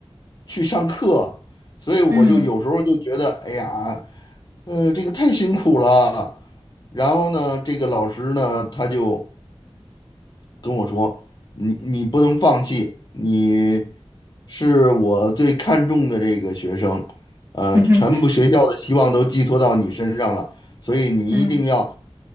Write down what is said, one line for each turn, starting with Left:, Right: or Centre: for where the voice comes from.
Left: 去上课，所以我就有时候就觉得，
Right: 嗯
Left: 哎呀，呃，这个太辛苦了。然后呢，这个老师呢，他就。跟我说，你你不能放弃，你是我最看重的这个学生，呃，
Right: 嗯哼。
Left: 全部学校的希望都寄托到你身上了，
Right: <laughs>
Left: 所以你一定要
Right: 嗯。